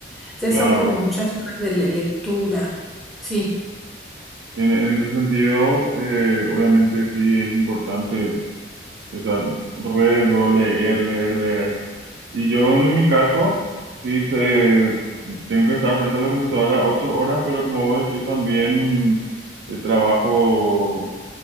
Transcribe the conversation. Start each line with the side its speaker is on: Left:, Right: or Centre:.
Centre: Entonces
Right: Claro.
Centre: son como muchas horas de le- lectura. Sí.
Right: En, en ese sentido, eh, obviamente sí es importante esa red, luego leer, leer, leer. Y yo en mi caso, sí te- tengo que estar frente a la computadora ocho horas, pero como vos decís, también eh, trabajo